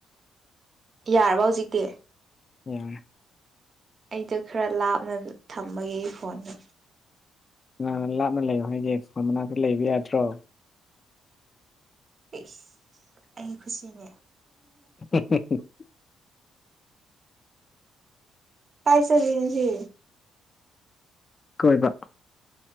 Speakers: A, on the right (about 40°); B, on the left (about 35°).
A: ꯌꯥꯔꯕ‌ꯣ ꯍꯧꯖꯤꯛꯇꯤ
B: ꯌꯥꯔꯦ
A: ꯑꯩ ꯆꯠꯈ꯭ꯔꯥ ꯂꯥꯞꯅ ꯊꯝꯕꯒꯤ ꯐꯣꯟꯗꯣ
B: ꯀꯅꯥꯅ ꯂꯥꯞꯅ ꯂꯩꯌꯣ ꯍꯥꯏꯗꯦ ꯐꯣꯟ ꯃꯅꯥꯛꯇ ꯂꯩꯕ ꯌꯥꯗ꯭ꯔꯣ
A: ꯏꯁ ꯑꯩ ꯀꯨꯁꯤꯅꯦ
B: <unintelligible>
A: ꯀꯥꯏ ꯆꯠꯂꯤꯅ‌ꯣ ꯉꯁꯤ
B: ꯀꯣꯏꯕ